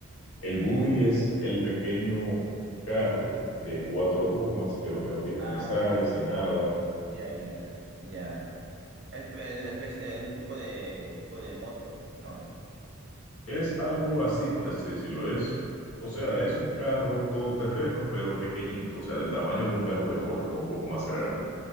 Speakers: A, on the left; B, on the right.
A: El buggy
B: ¿Qué?
A: es el pequeño carro de cuatro gomas, pero que no tiene
B: Ah,
A: cristales ni nada.
B: ya, ya, ya. Es, eh, espe- eh, un tipo de, tipo de moto, ¿no?
A: Es algo
B: O-
A: así, por así decirlo. Es, o sea, es un carro todoterreno, pero pequeñito, o sea, del tamaño
B: Ah.
A: de un carro de golf, o un poco más grande.